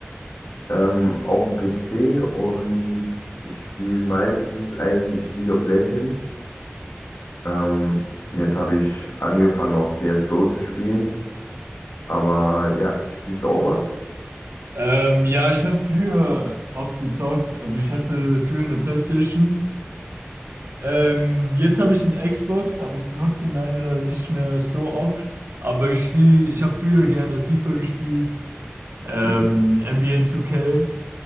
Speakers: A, on the left; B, on the right.
A: Ähm, auf dem PC und ich spiele meistens eigentlich League of Legends. Ähm, jetzt habe ich angefangen auch CSGO zu spielen. Aber ja, spielst du auch was?
B: Ähm, ja, ich habe früher oft gezockt. Also ich hatte früher eine PlayStation. Ähm, jetzt habe ich eine Xbox, aber ich benutze ihn leider nicht mehr so oft. Aber ich spiele, ich habe früher gerne FIFA gespielt. Ähm,
A: Mhm.
B: NBA 2K.